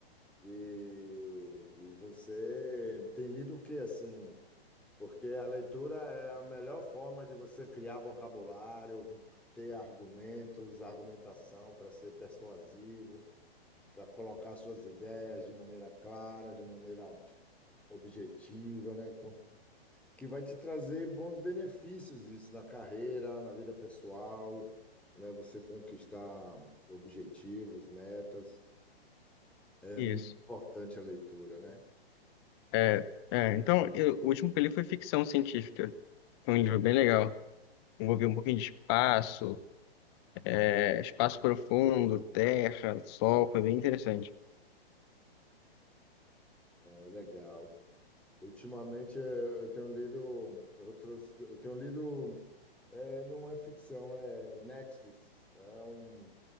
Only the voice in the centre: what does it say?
E, e você tem lido o que assim? Porque a leitura é a melhor forma de você criar vocabulário, ter argumentos, argumentação para ser persuasivo, para colocar suas ideias de maneira clara, de maneira objetiva, né? Com- Que vai te trazer bons benefícios isso na carreira, na vida pessoal, né? Você conquistar objetivos, metas. É
muito importante a leitura, né?
É legal. Ultimamente eh, eu tenho lido outros, eu tenho lido, eh, não é ficção, é Nexus, é um